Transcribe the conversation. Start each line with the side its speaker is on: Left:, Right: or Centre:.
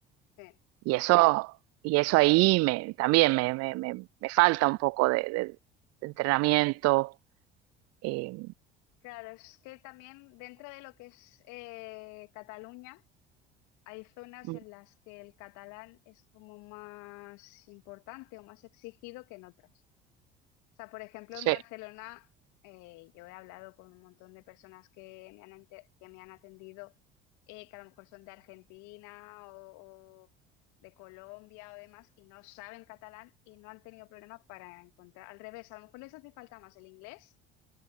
Left: sí.
Right: Y eso, y eso ahí me, también me, me, me- me falta un poco de, de- de entrenamiento. eh,
Left: Claro, es que también dentro de lo que es eh, Cataluña, Hay zonas
Right: mm,
Left: en las que el catalán es como más importante o más exigido que en otras. O sea, por ejemplo,
Right: sí,
Left: en Barcelona eh, yo he hablado con un montón de personas que me han, ente- que me han atendido, eh, que a lo mejor son de Argentina o, o de Colombia o demás, y no saben catalán y no han tenido problemas para encontrar. Al revés, a lo mejor les hace falta más el inglés